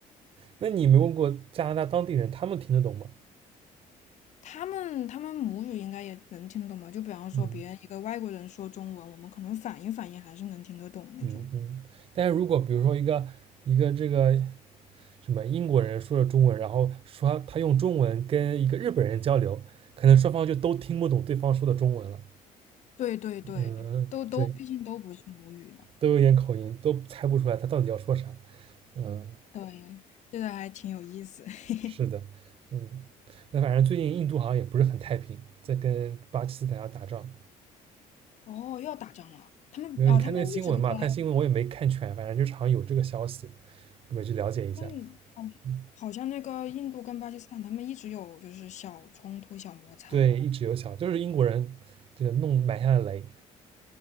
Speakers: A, on the right; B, on the left.
A: 那你没问过加拿大当地人，他们听得懂吗？
B: 他们他们母语应该也能听得懂吧？就比方说别人一个外国人说中文，
A: 嗯
B: 我们可能反应反应还是能听得懂那种。
A: 嗯嗯。但是如果比如说一个一个这个什么英国人说了中文，然后说他用中文跟一个日本人交流，可能双方就都听不懂对方说的中文了。
B: 对对对，
A: 嗯，
B: 都都毕竟都不是母语嘛。
A: 对，都有点口音，都猜不出来他到底要说啥。嗯。
B: 对，这个还挺有意思。<laughs>
A: 是的，嗯，那反正最近印度好像也不是很太平，在跟巴基斯坦要打仗。
B: 哦，又要打仗了。他们啊、
A: 因为你看那个新闻嘛？
B: 他们一直都在，
A: 看新闻我也没看全，反正就是好像有这个消息，准备去了解一下。
B: 嗯，好，
A: 嗯
B: 好像那个印度跟巴基斯坦，他们一直有就是小冲突、小摩擦。
A: 对，一直有小，就是英国人这个弄埋下的雷，